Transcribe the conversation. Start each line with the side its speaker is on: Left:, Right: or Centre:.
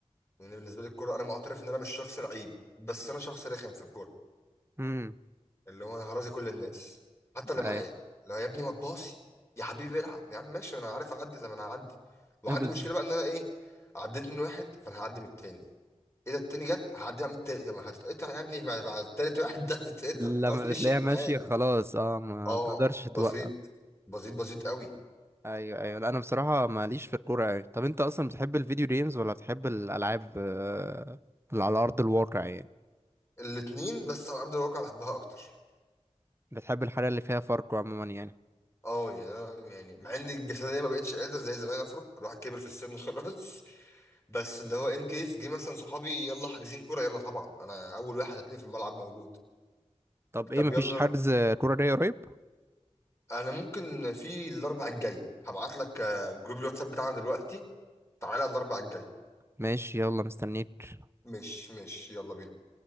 Left: يعني بالنسبه لي الكره انا معترف ان انا مش شخص لعيب بس انا شخص رخم في الكوره
Right: امم
Left: اللي هو انا هرازي كل الناس حتى اللي معايا
Right: ايوه
Left: لا يا ابني ما تباصي يا حبيبي العب يا عم ماشي انا عارف اعدي زي ما انا هعدي وعندي
Right: <laughs> بز...
Left: مشكله بقى ان انا ايه عديت من واحد فانا هعدي من التاني اذا التاني جت هعدي اعمل التالت طب ما هتتقطع يا ابني مع مع التالت واحد ده هتتقطع
Right: لما
Left: خلاص مشيت
Right: بتلاقيها ماشيه
Left: معاك
Right: خلاص اه ما
Left: اه
Right: تقدرش
Left: بسيط
Right: توقف
Left: بسيط بسيط قوي
Right: ايوه ايوه لا انا بصراحه ماليش في الكوره أوي طب انت اصلا بتحب الفيديو جيمز ولا بتحب الالعاب آه، اللي على ارض الواقع يعني
Left: الاتنين بس على ارض الواقع بحبها اكتر
Right: بتحب الحاجه اللي فيها فرق عموما يعني
Left: اه يعني يعني مع ان الجسديه ما بقتش قادر زي زمان افرق الواحد كبر في السن خلاص <laughs> بس اللي هو ان كيس جه مثلا صحابي يلا حاجزين كوره يلا طبعا انا اول واحد هتلاقيني في الملعب موجود
Right: طب ايه
Left: طب
Right: مفيش
Left: يلا نروح.
Right: حجز كوره جاي قريب
Left: انا ممكن في الاربع الجاي هبعت لك آه، جروب الواتساب بتاعنا دلوقتي تعالى الاربع الجاي
Right: ماشي يلا مستنيك
Left: مش مش يلا بينا